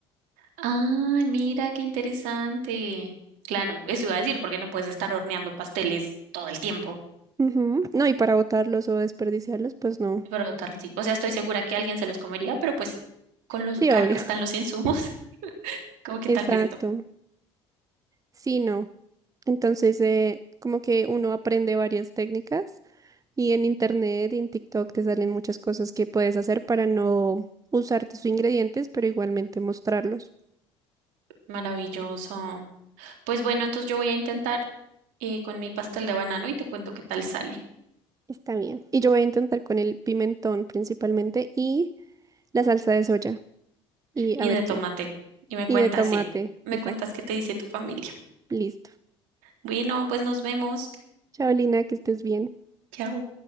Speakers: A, on the right (about 65°); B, on the right (about 25°).
A: Ay, mira, qué interesante. Claro, eso iba a decir, porque no puedes estar horneando pasteles todo el tiempo.
B: Ujú. No, y para botarlos o desperdiciarlos, pues no.
A: brotar, sí. O sea, estoy segura que alguien se los comería, pero pues con lo
B: Sí,
A: caro
B: obvio.
A: que están
B: <laughs>
A: los insumos, <laughs> como que
B: Exacto.
A: tal vez no.
B: Sí, no. Entonces, eh, como que uno aprende varias técnicas y en internet y en TikTok te salen muchas cosas que puedes hacer para no usar tus ingredientes, pero igualmente mostrarlos.
A: Maravilloso. Pues bueno, entonces yo voy a intentar eh, con mi pastel de banano y te cuento qué tal sale.
B: Está bien. Y yo voy a intentar con el pimentón principalmente y la salsa de soya y
A: Y
B: a ver
A: de tomate.
B: qué.
A: Y me
B: Y
A: cuentas,
B: de tomate,
A: sí. Me
B: exacto.
A: cuentas qué te dice tu familia.
B: Listo.
A: Bueno, pues nos vemos.
B: Chao, Lina, que estés bien.
A: Chao.